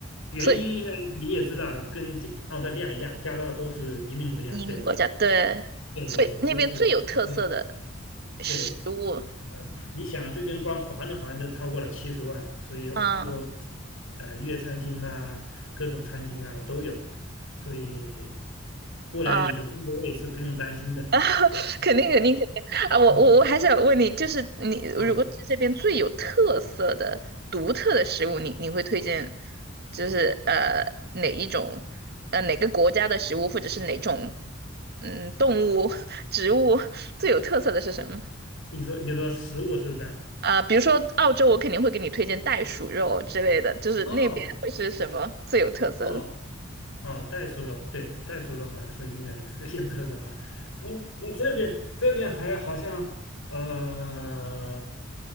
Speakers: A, on the left; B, on the right.
A: 原因应该你也知道，
B: 所以
A: 跟这澳大利亚一样，加拿大都是移民国家，
B: 移民国家对，
A: 对吧？对对对，
B: 所以那边最有特色的
A: 所以，嗯，
B: 食物，
A: 对，嗯，你想这边光华人好像就超过了七十万，所以有很多
B: 嗯
A: 呃粤餐厅呐、各种餐厅呐、都有，所以过来你的中国胃是不用担心的。
B: 啊，啊，<laughs> 肯定肯定肯定啊！我我我还想问你，
A: <laughs>
B: 就是你如果是这边最有特色的、
A: 啊，
B: 独特的食物，你你会推荐，就是呃哪一种，呃哪个国家的食物，或者是哪种嗯动物、<laughs> 植物最有特色的是什么？
A: 你说你说食物是不是？
B: 啊、比如说澳洲，我肯定会给你推荐袋鼠肉之类的，就是那边会是什么最有特色的？
A: 哦哦哦，袋鼠肉，对，袋鼠肉好像是应该是有特色哈。那那这边这边还好像呃，